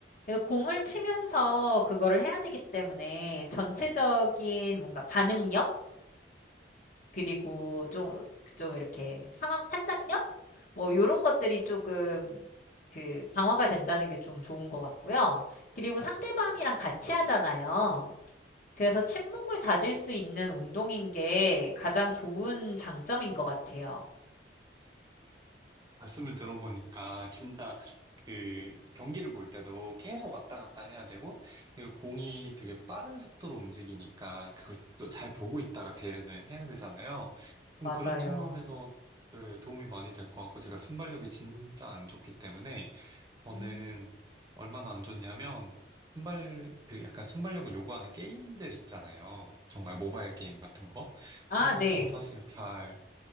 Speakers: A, on the left; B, on the right.
A: 그래서 공을 치면서 그거를 해야 되기 때문에 전체적인 뭔가 반응력? 그리고 좀, 좀 이렇게 상황 판단력? 뭐, 요런 것들이 조금 그 강화가 된다는 게 좀 좋은 것 같고요. 그리고 상대방이랑 같이 하잖아요. 그래서 친목을 다질 수 있는 운동인 게 가장 좋은 장점인 것 같아요.
B: 말씀을 들어보니까 진짜 그 경기를 볼 때도 계속 왔다 갔다 해야 되고 그리고 공이 되게 빠른 속도로 움직이니까 그걸 또 잘 보고 있다가 대응을 해야 되잖아요. 그럼
A: 맞아요.
B: 그런 측면에서 그 도움이 많이 될 것 같고 제가 순발력이 진짜 안 좋기 때문에 저는
A: 음.
B: 얼마나 안 좋냐면 순발 그 약간 순발력을 요구하는 게임들 있잖아요. 정말 모바일 게임 같은 거
A: 아,
B: 그런 것도
A: 네.
B: 사실 잘